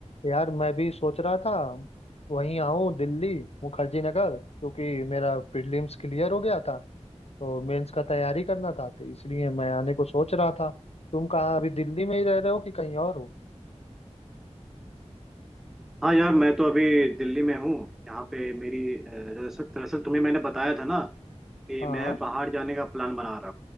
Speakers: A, on the left (about 60°); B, in the centre.
A: यार मैं भी सोच रहा था वहीं आऊँ दिल्ली मुखर्जी नगर क्योंकि मेरा प्रीलिम्स क्लियर हो गया था तो मेंस का तैयारी करना था तो इसलिए मैं आने को सोच रहा था तुम कहाँ अभी दिल्ली में ही रह रहे हो कि कहीं और हो
B: हाँ यार मैं तो अभी दिल्ली में हूँ यहाँ पे मेरी अ, दरअसल दरअसल तुम्हें मैंने बताया था ना कि
A: हाँ
B: मैं बाहर जाने का प्लान बना रहा हूँ